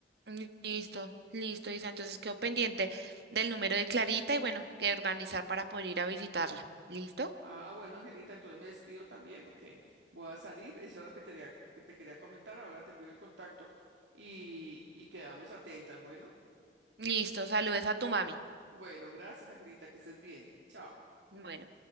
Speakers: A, on the right; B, on the right.
A: Li- Listo, listo, Isa. Entonces quedo pendiente del número de Clarita y bueno, que organizar para poder ir a visitarla. ¿Listo?
B: Ah, bueno, Angelita, entonces me despido también porque voy a salir. Eso es lo que te, quería- que te quería comentar. Ahora te envío el contacto y, y quedamos atentas. Bueno,
A: Listo, saludes a tu mami.
B: bueno, gracias, Angelita, que estés bien. Chao.
A: Bueno.